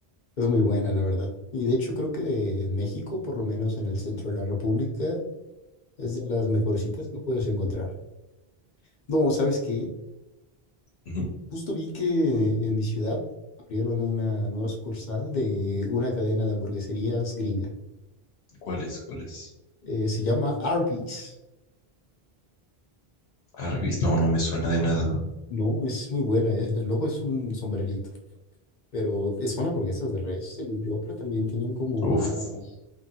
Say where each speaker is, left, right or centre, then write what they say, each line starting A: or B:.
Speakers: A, on the left (about 50°); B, on the left (about 80°).
A: es muy buena, la verdad. Y de hecho creo que de México, por lo menos en el centro de la República, es de las mejorcitas que puedes encontrar. No, ¿sabes qué?
B: Ujú.
A: Justo vi que en mi ciudad abrieron una nueva sucursal de una cadena de hamburgueserías gringa.
B: ¿Cuál es? ¿Cuál es?
A: eh, se llama Arby's.
B: Arby's, no, no me suena de nada.
A: No, es muy buena. es- el logo es un sombrerito, pero es son hamburguesas de res, según yo, pero también tienen como
B: Uf.
A: más